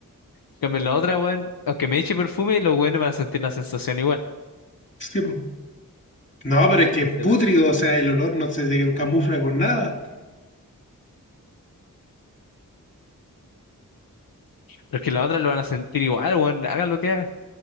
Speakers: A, on the left (about 80°); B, on the left (about 35°).
A: En cambio, la otra, bueno, aunque me eche perfume, los buenos van a sentir la sensación igual.
B: Sí, pues. No, pero es que
A: Entonces,
B: pútrido,
A: la,
B: o sea, el olor no se, se camufla con nada.
A: porque la otra lo van a sentir igual, bueno, hagan lo que hagan.